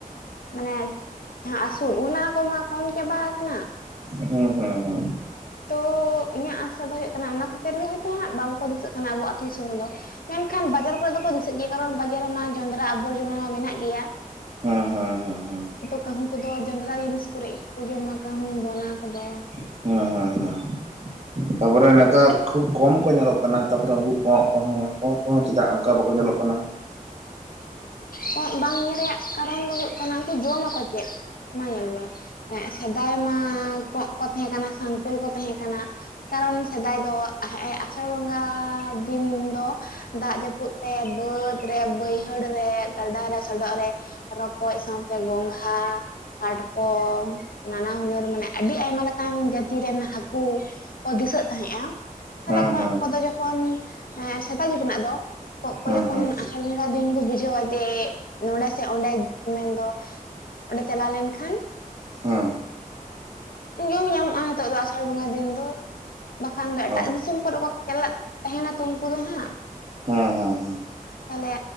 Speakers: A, on the left; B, on the right.
A: ᱢᱟᱱᱮ ᱡᱟᱦᱟᱸ ᱟᱹᱥᱩᱞ ᱚᱱᱟ ᱠᱚᱢᱟ ᱠᱚᱢ ᱪᱟᱵᱟ ᱠᱟᱱᱟ᱾
B: ᱦᱩᱸ ᱦᱩᱸ ᱦᱩᱸ
A: ᱛᱚ ᱤᱧᱟᱹᱜ ᱟᱥᱟ ᱛᱟᱸᱦᱮᱜ ᱠᱟᱱᱟ ᱚᱱᱟ ᱠᱷᱟᱹᱛᱤᱨ ᱜᱮ ᱦᱳᱭᱛᱚ ᱵᱟᱠᱚ ᱫᱤᱥᱟᱹᱜ ᱠᱟᱱᱟ ᱟᱵᱚ ᱟᱛᱳ ᱫᱤᱥᱚᱢ ᱨᱮᱫᱚ, ᱮᱱᱠᱷᱟᱱ ᱵᱟᱡᱟᱨ ᱠᱚᱨᱮ ᱫᱚᱠᱚ ᱫᱤᱥᱟᱹᱜ ᱜᱮᱭᱟ, ᱠᱟᱨᱚᱱ ᱵᱟᱡᱟᱨ ᱨᱮᱢᱟ ᱡᱚᱱᱰᱨᱟ ᱟᱵᱚᱨᱡᱚᱱᱟ ᱢᱟ ᱢᱮᱱᱟᱜ ᱜᱮᱭᱟ ᱾
B: ᱦᱩᱸ ᱦᱩᱸ ᱦᱩᱸ ᱦᱩᱸ
A: ᱠᱟᱹᱦᱩ ᱠᱚᱼᱫᱚ ᱡᱟᱸᱡᱨᱟ ᱡᱤᱱᱤᱥ ᱠᱚᱨᱮ ᱜᱮᱠᱚ ᱡᱚᱢᱟ ᱠᱟᱦᱩ ᱵᱚᱱᱟ ᱠᱚ-ᱫᱚ
B: ᱦᱩᱸ ᱦᱩᱸ ᱦᱩᱸ ᱛᱟᱯᱚᱨᱮ ᱱᱮᱛᱟᱨ ᱠᱷᱩᱵ ᱠᱚᱢ ᱠᱚ ᱧᱮᱞᱚᱜ ᱠᱟᱱᱟ ᱛᱟᱯᱚᱨᱮ ᱩᱱᱠᱩ ᱠᱚᱜ ᱠᱚᱦᱚᱸ ᱠᱚᱸᱜ ᱠᱚᱦᱚᱸ ᱪᱮᱫᱟᱜ ᱚᱱᱠᱟ ᱵᱟᱠᱚ ᱧᱮᱞᱚᱜ ᱠᱟᱱᱟ,
A: ᱠᱚᱸᱜ ᱵᱟᱝ ᱧᱮᱞ ᱨᱮᱭᱟᱜ ᱠᱟᱨᱚᱱ ᱫᱚ ᱦᱩᱭᱩᱜ ᱠᱟᱱᱟ ᱩᱱᱠᱩ ᱡᱚᱢ ᱟᱠᱚ ᱪᱮᱫ ᱢᱟ ᱧᱮᱞ ᱢᱮ, ᱮᱸᱜ ᱥᱮᱫᱟᱭ ᱢᱟ ᱠᱚᱜ ᱠᱚ ᱛᱟᱦᱮᱸ ᱠᱟᱱᱟ ᱥᱚᱝᱠᱩᱞ ᱠᱚ ᱛᱟᱦᱮᱸ ᱠᱟᱱᱟ ᱠᱟᱨᱚᱱ ᱥᱮᱫᱟᱭ ᱫᱚ ᱦᱮᱸᱜ-ᱮ ᱟᱥᱟᱲ ᱵᱚᱸᱜᱟ ᱫᱤᱱ ᱫᱚ᱾ ᱫᱟᱜ ᱡᱟᱹᱯᱩᱫ ᱛᱮ ᱵᱟᱹᱫ ᱨᱮ ᱵᱟᱹᱭᱦᱟᱹᱲ ᱨᱮ ᱜᱟᱰᱟ ᱨᱮ ᱥᱚᱰᱚᱜ ᱨᱮ ᱨᱚᱠᱚᱡ ᱥᱟᱶᱛᱮ ᱜᱚᱝᱜᱷᱟ ᱾ ᱠᱟᱴᱠᱚᱢ ᱱᱟᱱᱟ ᱦᱩᱱᱟᱹᱨ ᱢᱟᱱᱮ ᱟᱹᱰᱤ ᱟᱭᱢᱟ ᱞᱮᱠᱟᱱ ᱡᱟᱹᱛᱤ ᱨᱮᱱ ᱦᱟᱹᱠᱩ ᱠᱚ ᱫᱤᱥᱟᱹᱜ ᱛᱟᱦᱮᱸᱜᱼᱟ ᱚᱱᱮ
B: ᱦᱮᱸ
A: ᱠᱚᱸᱡ
B: ᱦᱮᱸ
A: ᱠᱚᱫᱚ ᱡᱚᱠᱷᱚᱱ ᱥᱮᱫᱟᱭ ᱡᱩᱜᱽ ᱨᱮᱱᱟᱜ ᱫᱚ ᱠᱚᱸᱜ ᱠᱚ
B: ᱦᱮᱸ
A: ᱡᱚᱠᱷᱚᱱ
B: ᱦᱮᱸ
A: ᱟᱥᱟᱲ ᱚᱠᱟ ᱫᱤᱱ ᱠᱚ ᱵᱩᱡᱷᱟᱹᱣᱟ ᱡᱮ ᱱᱚᱰᱮ ᱥᱮ ᱚᱸᱰᱮ ᱢᱮᱱᱫᱚ ᱚᱸᱰᱮ ᱪᱟᱞᱟᱣ ᱞᱮᱱᱠᱷᱟᱱ
B: ᱦᱮᱸ
A: ᱧᱩᱢ ᱧᱟᱢᱚᱜᱼᱟ ᱱᱤᱛᱚᱜ ᱫᱚ ᱟᱥᱟᱲ ᱵᱚᱸᱜᱟ ᱫᱤᱱ ᱫᱚ ᱵᱟᱠᱷᱟᱱ ᱫᱚ ᱮᱴᱟᱜ
B: ᱚ
A: ᱫᱤᱥᱚᱢ ᱠᱚᱨᱮ ᱠᱚ ᱪᱞᱟᱜ ᱛᱟᱦᱮᱱᱟ ᱛᱚ ᱩᱱᱠᱩ ᱫᱚ ᱦᱟᱸᱜ
B: ᱦᱮᱸ ᱦᱮᱸ ᱦᱮᱸ
A: ᱛᱟᱦᱚᱞᱮ